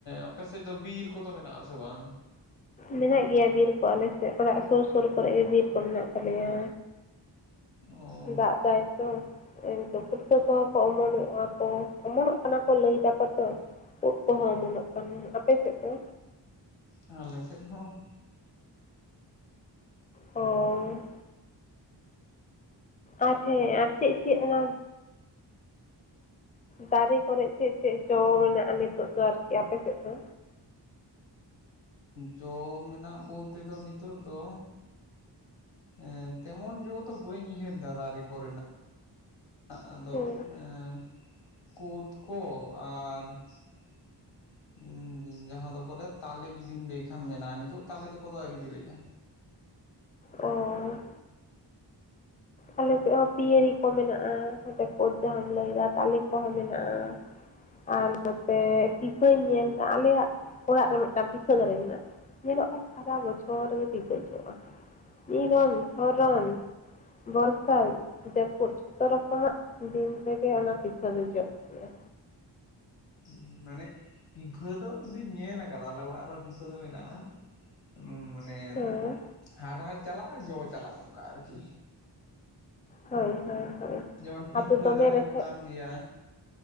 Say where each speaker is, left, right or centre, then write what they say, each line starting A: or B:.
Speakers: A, on the left; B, on the left.
A: ᱟᱯᱮ ᱥᱮᱫ ᱫᱚ ᱵᱤᱨ ᱠᱚᱫᱚ ᱢᱮᱱᱟᱜ ᱟᱥᱮ ᱵᱟᱝ?
B: ᱢᱮᱱᱟᱜ ᱜᱮᱭᱟ ᱵᱤᱨ ᱠᱚ ᱟᱞᱮ ᱥᱮᱜ ᱚᱲᱟᱜ ᱥᱩᱨ ᱥᱩᱨ ᱠᱚᱨᱮ ᱜᱮ ᱵᱤᱨ ᱠᱚ ᱢᱮᱱᱟᱜ ᱛᱟᱞᱮᱭᱟ᱾
A: ᱚ
B: ᱫᱟᱜ ᱫᱟᱭ ᱛᱚ᱾ ᱮᱠᱫᱚᱢ ᱯᱩᱴᱠᱟᱹ ᱠᱚᱦᱚᱸ ᱠᱚ ᱚᱢᱚᱱᱚᱜᱼᱟ ᱠᱚ ᱚᱢᱚᱱᱚᱜ ᱠᱟᱱᱟ ᱠᱚ ᱞᱟᱹᱭ ᱫᱟᱠᱚ ᱛᱚ᱾ ᱳᱜ ᱠᱚᱦᱚᱸ ᱚᱢᱚᱱᱚᱜ ᱠᱟᱱᱟ, ᱟᱯᱮ ᱥᱮᱜ ᱫᱚ
A: ᱟᱞᱮ ᱥᱮᱫ ᱦᱚᱸ᱾
B: ᱦᱳᱭᱻ ᱟᱨ ᱦᱮᱸ ᱟᱨ ᱪᱮᱜ ᱪᱮᱜ ᱚᱱᱟ ᱫᱟᱨᱮ ᱠᱚᱨᱮ ᱪᱮᱜ ᱪᱮᱜ ᱡᱚ ᱢᱮᱱᱟᱜᱼᱟ ᱱᱤᱛᱚᱜ ᱫᱚ ᱟᱨᱠᱤ ᱟᱯᱮᱥᱮᱜ ᱫᱚ?
A: ᱡᱚ ᱢᱮᱱᱟᱜ ᱵᱚᱞᱛᱮ ᱫᱚ ᱱᱤᱛᱚᱜ ᱫᱚ ᱮᱸ ᱛᱮᱢᱚᱱ ᱡᱚ ᱫᱚ ᱵᱟᱹᱧ ᱩᱭᱦᱟᱹᱨ ᱫᱟ ᱫᱟᱨᱮ ᱠᱚᱨᱮᱱᱟᱜ᱾ ᱟᱸᱜ ᱟᱫᱚ
B: ᱦᱮᱸ
A: ᱮᱸ ᱠᱳᱫ ᱠᱚ ᱟᱨᱻ <unintelligible> ᱩᱸ ᱡᱟᱦᱟᱸ ᱫᱚᱠᱚ ᱞᱟᱹᱭᱟ ᱛᱟᱞᱮ ᱡᱩᱫᱤᱢ ᱞᱟᱹᱭ ᱠᱷᱟᱱ ᱢᱮᱱᱟᱜᱼᱟ ᱱᱤᱛᱚᱜ ᱛᱟᱞᱮ ᱫᱚᱠᱚ ᱫᱚ ᱟᱹᱣᱨᱤ ᱵᱮᱞᱮᱜᱼᱟ᱾
B: ᱚᱸᱻ ᱟᱞᱮ ᱥᱮᱜ ᱦᱚᱸ ᱯᱤᱭᱟᱹᱨᱤ ᱠᱚ ᱢᱮᱱᱟᱜᱼᱟ, ᱦᱚᱛᱮ ᱠᱳᱛ ᱡᱟᱦᱟᱸᱢ ᱞᱟᱹᱭᱫᱟ ᱛᱟᱞᱮ ᱠᱚᱦᱚᱸ ᱢᱮᱱᱟᱜᱼᱟ᱾ ᱟᱨ ᱱᱚᱛᱮ ᱯᱤᱯᱷᱟᱹᱧ ᱧᱮᱞᱫᱟ ᱟᱞᱮᱭᱟᱜ ᱚᱲᱟᱜ ᱨᱮ ᱢᱤᱫᱴᱟᱝ ᱯᱤᱯᱷᱟᱹ ᱫᱟᱨᱮ ᱢᱮᱱᱟᱜ ᱧᱮᱞᱚᱜᱼᱟ ᱥᱟᱨᱟ ᱵᱚᱪᱷᱚᱨ ᱜᱮ ᱯᱤᱯᱟᱹ ᱡᱚᱜᱼᱟ ᱱᱤᱨᱚᱱ ᱫᱷᱚᱨᱚᱱ᱾ ᱵᱚᱨᱥᱟᱭ ᱡᱟᱹᱯᱩᱫ ᱡᱷᱚᱛᱚ ᱨᱚᱠᱚᱢᱟᱜ ᱫᱤᱱ ᱨᱮᱜᱮ ᱚᱱᱟ ᱯᱤᱯᱷᱟᱹ ᱫᱚ ᱡᱚᱜ ᱜᱮᱭᱟ᱾
A: ᱩᱸ ᱢᱟᱱᱮ ᱯᱤᱯᱷᱟᱹ ᱫᱚ ᱤᱧ ᱫᱩᱧ ᱧᱮᱞ ᱟᱠᱟᱫᱟ ᱟᱞᱮ ᱚᱲᱟᱜ ᱨᱮ ᱯᱤᱯᱷᱟᱹ ᱫᱚ ᱢᱮᱱᱟᱜᱼᱟ᱾ ᱩᱸ ᱢᱟᱱᱮ
B: ᱦᱮᱸ,
A: ᱦᱟᱨᱟ ᱪᱟᱞᱟᱜᱼᱟ ᱡᱚ ᱪᱟᱞᱟᱜᱼᱟ ᱚᱱᱠᱟ ᱟᱨᱠᱤ᱾
B: ᱦᱳᱭ ᱦᱳᱭ ᱦᱳᱭ᱾
A: ᱡᱮᱢᱚᱱ ᱯᱤᱯᱷᱟᱹ
B: ᱟᱫᱚ ᱫᱚᱢᱮ
A: ᱫᱟᱨᱮ
B: ᱨᱮᱸᱜᱮᱡ
A: ᱱᱚᱝᱠᱟᱱ ᱜᱮᱭᱟ